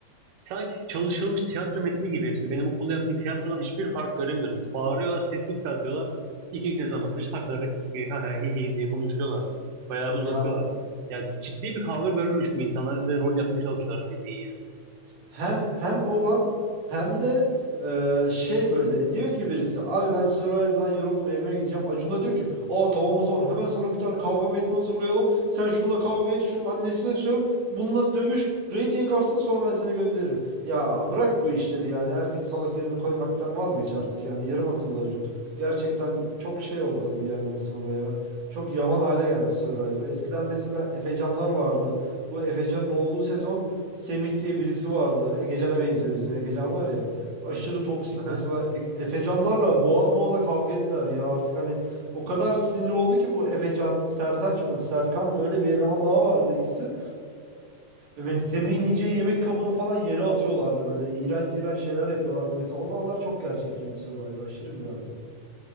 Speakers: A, on the right; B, on the right.
A: Sanki çalışılmış tiyatro metni gibi hepsi. Benim okulda yaptığım tiyatrodan hiçbir fark göremiyorum. Bağırıyorlar, ses yükseltiyorlar. İki gün sonra bakmış hakarak iki ha ha hi hi diye konuşuyorlar. Bayağı uzatıyorlar.
B: Ya
A: Ya ciddi bir kavga görmemiş bu insanlar ve rol yapmaya çalışıyorlar bildiği.
B: Hem hem o var hem de e, şey böyle diyor ki birisi abi ben Survivor'dan yoruldum evime gideceğim. Acun da diyor ki aa tamam o zaman hemen sana bir tane kavga metni hazırlayalım. Sen şununla kavga et şunun annesine söv bununla dövüş rating artsın sonra ben seni gönderirim. Ya bırak bu işleri yani herkes salak yerini koymaktan vazgeç artık yani yarım akıllı Acun. Gerçekten çok şey oldu hani bir yerden sonra ya. Çok yavan hale geldi Survivor. Eskiden mesela Efecanlar vardı. Bu Efecan'ın olduğu sezon Semih diye birisi vardı. Egecan'a benziyor. Bizim Egecan var ya. Aşırı toksik
A: yani.
B: mesela.
A: Aha.
B: E- Efecanlarla boğaz boğaza kavga ettiler ya. Artık hani o kadar sinir oldu ki bu Efecan, Sertaç mı, Serkan mı öyle bir eleman daha vardı ikisi. E ben Semih'in yiyeceği yemek kabını falan yere atıyorlardı böyle. İğrenç iğrenç şeyler yapıyorlardı mesela. O zamanlar çok gerçekçiydi Survivor. Aşırı güzeldi.